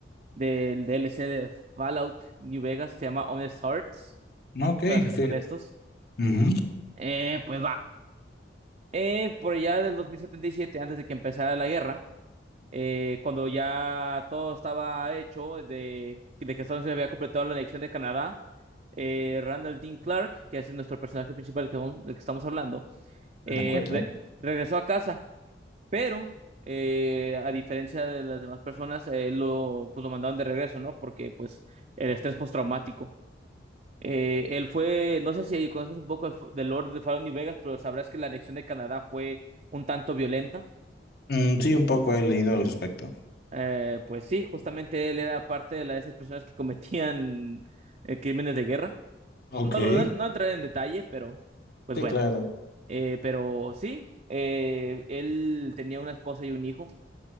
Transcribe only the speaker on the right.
del D L C de Fallout New Vegas, se llama Honest Hearts,
corazones
honestos.
Eh, pues va. Eh, por allá del 2077, antes de que empezara la guerra, eh, cuando ya todo estaba hecho de, de que Estados Unidos había completado la anexión de Canadá, eh, Randall Dean Clark, que es nuestro personaje principal del que, vamos- del que estamos hablando, eh,
re- regresó a casa, pero eh, a diferencia de las demás personas, eh, lo, pues, lo mandaron de regreso, ¿no? Porque pues el estrés postraumático. Eh, él fue, no sé si conoces un poco del, del Lord de Fallon New Vegas, pero sabrás que la anexión de Canadá fue un tanto violenta.
Eh, pues sí, justamente él era parte de la de esas personas que cometían eh, crímenes de guerra.
No,
no, no, no entraré en detalle, pero pues bueno.
Eh, pero sí, eh, él tenía una esposa y un hijo.